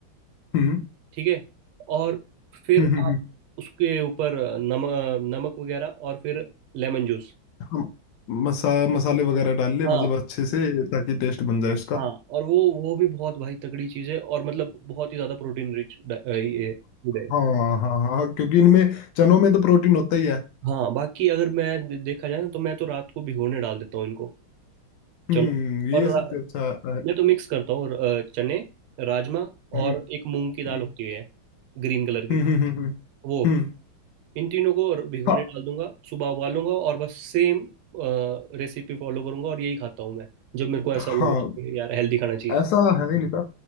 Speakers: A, on the left (about 75°); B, on the right (about 90°).
A: हम्म
B: ठीक है और फिर
A: हम्म हम्म
B: आप
A: हम्म,
B: उसके ऊपर नमक नमक वगैरह और फिर लेमन जूस
A: हम मसा मसाले वगैरह डाल ले
B: हाँ
A: मतलब अच्छे से ताकि टेस्ट बन जाए उसका
B: हाँ और वो वो भी बहुत भाई तगड़ी चीज़ है और मतलब बहुत ही ज़्यादा प्रोटीन रिच ये food है
A: हाँ हाँ हाँ क्योंकि इनमें चनों में तो प्रोटीन होता ही है
B: हाँ बाकी अगर मैं दे- देखा जाए ना तो मैं तो रात को भिगोने डाल देता हूँ इनको
A: हम्म
B: चलो
A: ये
B: और
A: सबसे
B: रा-
A: अच्छा है
B: मैं तो मिक्स करता हूँ अ, चने राजमा
A: हम्म
B: और एक मूंग की दाल
A: हम्म
B: होती है ग्रीन कलर की
A: हम्म हम्म हम्म,
B: वो
A: हम्म,
B: इन तीनों को भिगोने
A: हाँ
B: डाल दूंगा सुबह उबालूंगा और बस सेम रेसिपी फॉलो करूंगा और यही खाता हूँ मैं जब मेरे को ऐसा
A: हाँ
B: लग रहा है कि यार हेल्दी खाना चाहिए
A: ऐसा है नहीं लिखा